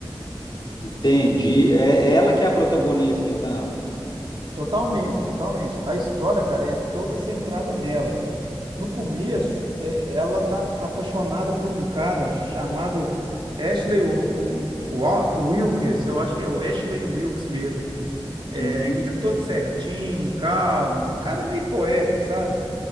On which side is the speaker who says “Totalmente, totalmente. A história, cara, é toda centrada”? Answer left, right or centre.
Right